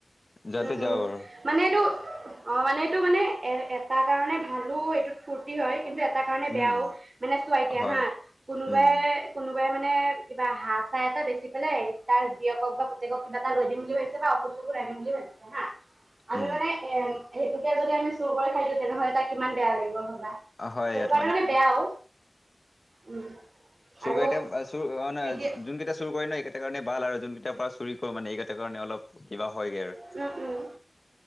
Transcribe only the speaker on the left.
যোৱাটো
যাওঁ
আৰু
উম
হয়
উম
উম
হয়
ইয়াত
চোৰকেইটা চোৰ অ' ন
যোনকেইটা চোৰ কৰে ন এইকেইটা কাৰণে ভাল আৰু যোন কেইটাৰ পৰা চুৰি কৰে মানে এইকেইটাৰ কাৰণে অলপ কিবা হয়গে আৰু। <inaudible>